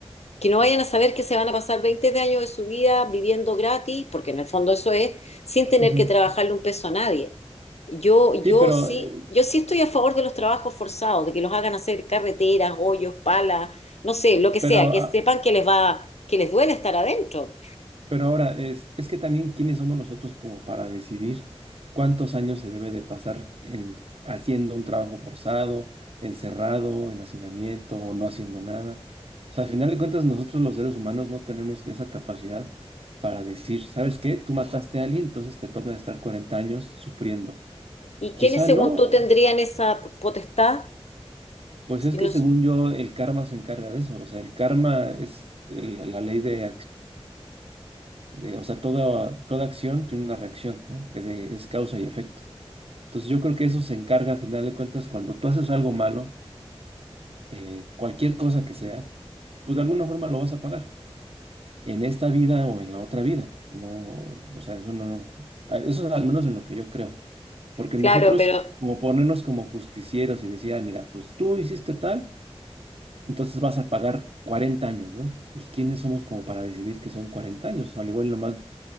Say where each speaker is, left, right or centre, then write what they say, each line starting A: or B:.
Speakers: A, on the left (about 85°); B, on the right (about 65°).
A: que no vayan a saber que se van a pasar 20 años de su vida viviendo gratis, porque en el fondo eso es, sin tener
B: Ujú.
A: que trabajarle un peso a nadie. Yo, yo
B: Sí, pero,
A: sí,
B: eh,
A: yo sí estoy a favor de los trabajos forzados, de que los hagan hacer carreteras, hoyos, palas, no sé, lo que
B: pero
A: sea, que
B: ah,
A: sepan que les va, que les duele estar adentro.
B: Pero ahora es, es que también quiénes somos nosotros como para decidir cuántos años se debe de pasar en- haciendo un trabajo forzado, encerrado, en hacinamiento o no haciendo nada. O sea, al final de cuentas nosotros los seres humanos no tenemos esa capacidad para decir, ¿sabes qué? Tú mataste a alguien, entonces te toca estar 40 años sufriendo.
A: ¿Y
B: Quizá
A: quiénes, según
B: no,
A: tú, tendrían esa potestad?
B: pues
A: Si
B: es que
A: no
B: según
A: son-
B: yo el karma se encarga de eso. O sea, el karma es el- la ley de, eh, o sea, toda, toda acción tiene una reacción, ¿no? Eh, de- es causa y efecto. Entonces yo creo que eso se encarga, al final de cuentas, cuando tú haces algo malo, eh, cualquier cosa que sea, pues de alguna forma lo vas a pagar, en esta vida o en la otra vida. No, o sea, eso no, a- eso es al menos en lo que yo creo. Porque
A: claro,
B: nosotros,
A: pero,
B: como ponernos como justicieros y decir, ah, mira, pues tú hiciste tal, entonces vas a pagar 40 años, ¿no? Pues ¿quiénes somos como para decidir que son 40 años? Al igual nomás